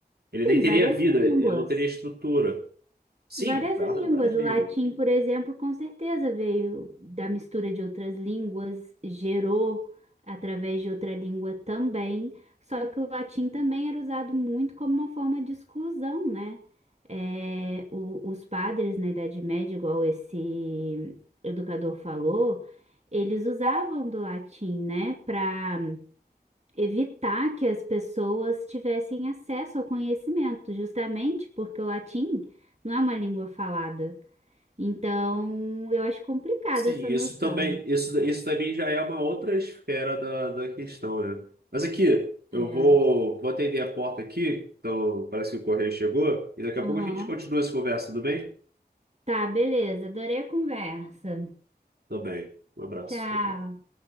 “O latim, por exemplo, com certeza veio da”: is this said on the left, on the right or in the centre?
Right